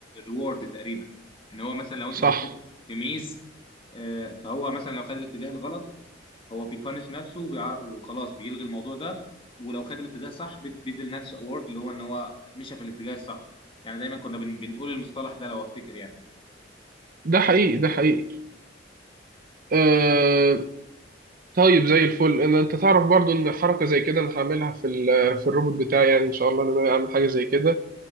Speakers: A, on the left; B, on the right.
A: ريورد تقريبا ان هو مثلا لو انت
B: صح
A: حطيته في ميز آه، فهو مثلا لو خد الاتجاه الغلط هو بيبانش نفسه وبيعر- وخلاص بيلغي الموضوع ده ولو خد الاتجاه الصح بيد- بيدي لنفسه اوورد اللي هو ان هو مشى في الاتجاه الصح يعني دايما كنا بن- بنقول المصطلح ده لو افتكر يعني
B: ده حقيقي ده حقيقي آه، طيب زي الفل ان انت تعرف برضو ان حركه زي كده انا هعملها في ال- في الروبوت بتاعي يعني ان شاء الله ان انا اعمل حاجه زي كده